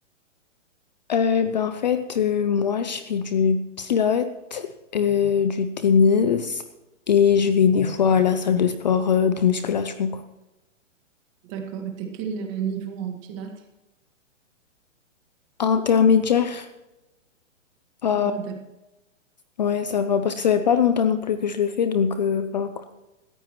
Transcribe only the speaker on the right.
D'accord. Et t'es quel niveau en pilates?
Ah oui, d'accord.